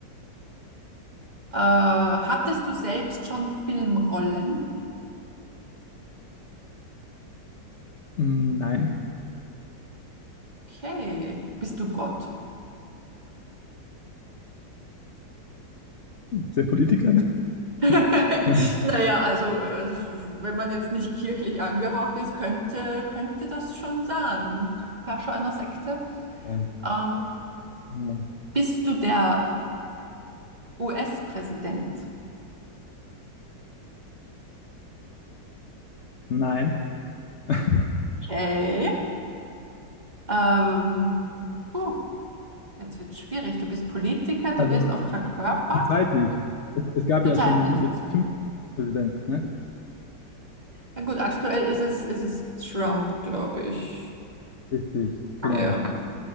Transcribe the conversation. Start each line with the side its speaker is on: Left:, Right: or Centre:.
Right: Äh, hattest du selbst schon Filmrollen?
Left: Mm, nein.
Right: Okay, bist du Gott?
Left: Ist der Politiker? Ne?
Right: <laughs>
Left: <laughs>
Right: Naja, also äh, wenn man jetzt nicht kirchlich angehaucht ist, könnte, könnte das schon sein, Herrscher einer Sekte.
Left: Nein.
Right: Ähm,
Left: Ja.
Right: bist du der US-Präsident?
Left: Nein. <laughs>
Right: Okay. Ähm, puh, jetzt wird schwierig. Du bist Politiker, du
Left: Also
Right: wirst oft verkörpert.
Left: zur Zeit nicht. Es, es gab
Right: Zurzeit
Left: ja schon
Right: nicht.
Left: jetzt fünf Präsidenten, ne?
Right: Na gut, aktuell ist es, ist es Trump, glaube ich.
Left: Richtig, genau.
Right: Ja.